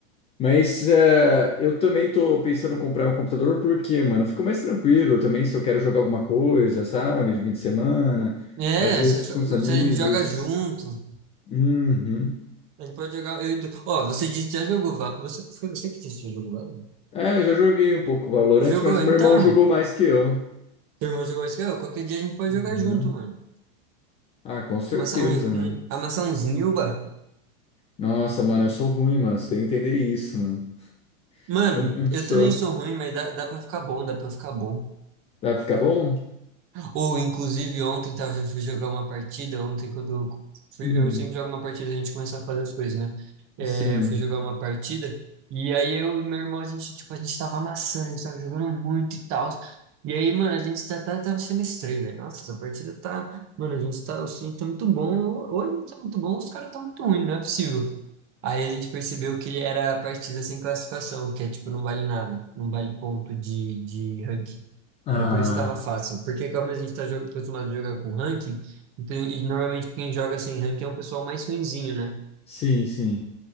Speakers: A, on the left (about 15°); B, on the right (about 35°).
A: Mas eh, eu também tô pensando em comprar um computador porque, mano, eu fico mais tranquilo também se eu quero jogar alguma coisa, sabe? De fim de semana,
B: É,
A: às vezes
B: se, se
A: com os amigos.
B: a gente joga junto,
A: Uhum.
B: a gente pode jogar. Eu, e tu- ó, você disse que já jogou. Va- Você, foi você que disse que jogou. Valorant?
A: É, já joguei um pouco Valorant,
B: Você jogou?
A: mas meu
B: Então,
A: irmão jogou mais que eu.
B: teu irmão jogou isso aqui, ó. Qualquer dia a gente pode
A: Uhum.
B: jogar junto, mano.
A: Ah, com certeza,
B: Amassar uns, um,
A: mano.
B: amassar uns Nilba.
A: Nossa, mano, eu sou ruim, mano. Você tem que entender isso, mano.
B: Mano,
A: Eu, eu sou.
B: eu também sou ruim, mas dá, dá pra ficar bom, dá pra ficar bom.
A: Dá pra ficar bom?
B: Ou, inclusive, ontem, tá, eu fui jogar uma partida, ontem quando eu fui,
A: Hum.
B: eu sempre jogo uma partida, a gente começa a fazer as coisas, né? É,
A: Sim.
B: eu fui jogar uma partida, e aí eu e meu irmão, a gente, tipo, a gente tava amassando, a gente tava jogando muito e tal. E aí, mano, a gente tá, tá, tava sendo estranho, velho. Nossa, essa partida tá. Mano, a gente tá, assim, tá muito bom. Ou ou a gente tá muito bom, ou os caras tá muito ruim, não é possível. Aí a gente percebeu que era a partida sem classificação, que é tipo, não vale nada, não vale ponto de, de ranking.
A: Ah,
B: Era por isso que estava fácil. Porque como a gente está acostumado a jogar com ranking, então, e normalmente quem joga sem ranking é um pessoal mais ruinzinho, né?
A: sim, sim.